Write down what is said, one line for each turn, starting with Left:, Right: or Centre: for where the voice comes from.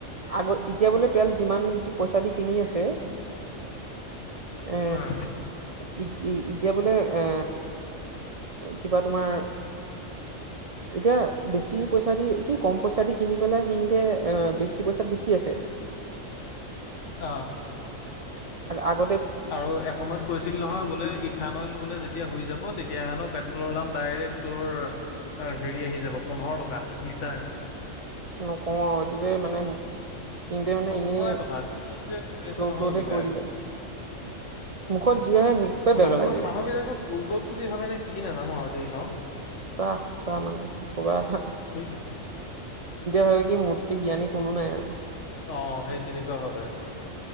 Right: আগত এতিয়া বোলে তেল যিমান পইচা দি কিনি আছে এ,
Left: উম
Right: এতিয়া এতিয়া বোলে, এ কিবা তোমাৰ এতিয়া বেছি পইচা দি কি কম পইচা দি কিনি পেলাই সেইখিনিতে বেছি পইচাত বেছি আছে
Left: আহ,
Right: আগ
Left: আৰু এসময়ত কৈছিল নহয়, বোলে ইথান অইল বোলে যেতিয়া হই যাব তেতিয়া হেনো পেট্ৰলৰ দাম ডাইৰেক্ট তোৰ হেৰি, আহি যাব পোন্ধৰ টকা লিটাৰ
Right: নকওঁ এইটো যে মানে সিহঁতে মানে
Left: সঁচাই
Right: এনেই
Left: কথা, কি যে কৈ
Right: ফ্ল'
Left: আছে নহয়
Right: ফ্ল'তে
Left: এইবিলাক
Right: কৰি দিলে মুখত যি আহে সেই সোপাই বেল
Left: মানুহ
Right: বেলাই দিয়ে।
Left: মানুহ বিলাকক বুৰ্বক বুলি ভাবে নে, কি নাজানো আৰু দেই ন
Right: সচা সচা উ চাহ মানে কি ক'বা
Left: থুই
Right: ভাৱ কি মোতকে জ্ঞানী কোনো নাই আৰু
Left: অ', সেই তেনেকুৱা ভাৱে